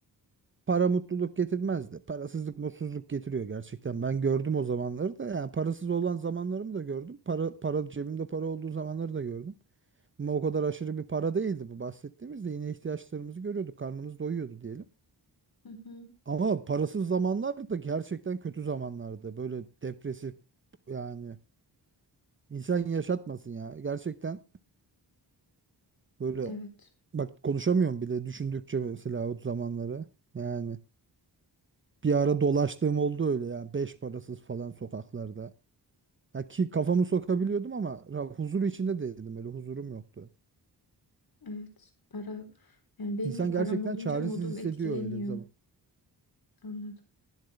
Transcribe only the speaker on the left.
Hı hı.
Evet.
Evet. Para yani benim
de param
olunca
modum
etkileniyor.
Anladım.